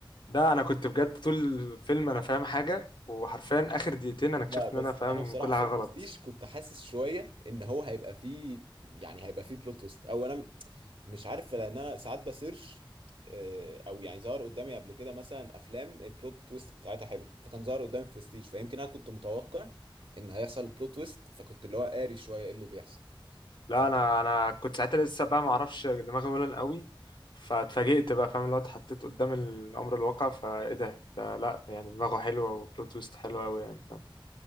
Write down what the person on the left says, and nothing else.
ده انا كنت بجد طول الفيلم انا فاهم حاجه وحرفيا اخر دقيقتين انا اكتشفت
ان انا فاهم
كل
حاجه
غلط
لا
انا انا كنت ساعتها لسه بقى ما اعرفش دماغي ملن قوي فاتفاجئت بقى فاهم اللي هو اتحطيت قدام الامر الواقع فايه ده ده لا يعني دماغه حلوه وبلوت تويست حلوه قوي يعني فاهم